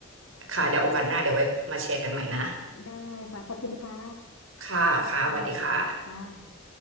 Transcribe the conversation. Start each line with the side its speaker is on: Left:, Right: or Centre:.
Right: ค่ะเดี๋ยวโอกาสหน้าเดี๋ยวไว้มาแชร์กันใหม่นะ
Left: ได้ค่ะขอบคุณค่ะ
Right: ค่ะค่ะสวัสดีค่ะ
Left: ค่ะค่ะ